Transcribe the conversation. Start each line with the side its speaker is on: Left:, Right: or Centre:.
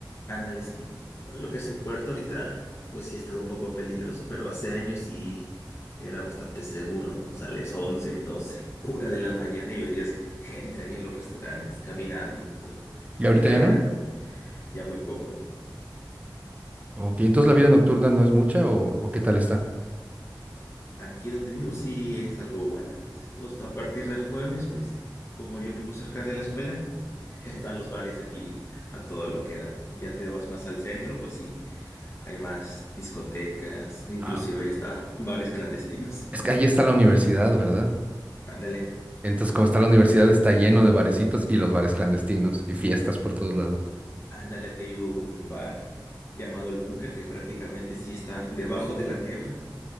Left: Ándale, sí. Lo que es el puerto ahorita, pues sí ha estado un poco peligroso, pero hace años sí era bastante seguro, ¿no? Sales 11, 12, <laughs> una de la mañana y veías gente ahí en los restaurantes caminando y todo.
Right: ¿Y
Left: Ahorita
Right: ahorita ya
Left: ya
Right: no?
Left: no, ya muy poco.
Right: Ok, entonces la vida nocturna no es mucha o, o qué tal está?
Left: Aquí donde vivo sí es algo buena. Los, a partir del jueves, pues como yo vivo cerca de la escuela, <laughs> están los bares aquí a todo lo que da. Ya te vas más al centro, pues sí. Hay más discotecas, inclusive
Right: Ah,
Left: hay hasta bares clandestinos. <laughs>
Right: es que ahí está la universidad, ¿verdad?
Left: Ándale,
Right: Entonces, como está la universidad, está lleno de barecitos y los bares clandestinos y fiestas por todos lados.
Left: ándale, aquí hay un bar llamado El Búnker que prácticamente sí está <laughs> debajo de la tierra.